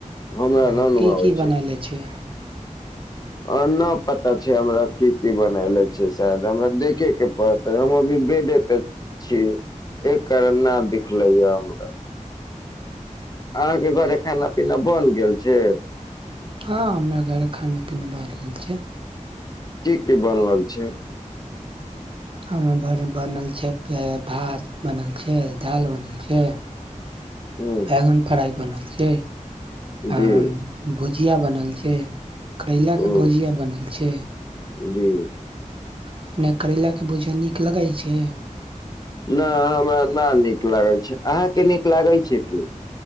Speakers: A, on the left; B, on the right.
A: हमरा
B: हँ
A: न नु
B: की
A: आबै
B: की बनायले छै।
A: आ नहि पता छै हमरा की की बनले छै शायद हमरा देखे के पड़त हम अभी बेडे पे छी एक कारण न दिखले य हमरा। अहाँके घरे खाना पीना बन गेल छै।
B: हँ हमरा घर खाना पीना बल गेल छै।
A: की की बनल छै।
B: ह बनल छै भात बनल छै दाल बनल छै।
A: ह
B: बैगन फड़इ बनल छैै। अ
A: जी
B: भुजिया बनल छै। <unintelligible> करैलाके
A: ओ
B: भुजिया बनल छै।
A: जी।
B: अपने करैलाके भूजा नीक लगै छै।
A: नहि हमरा न नीक लागैत छै अहाँके नीक लागैत छै की।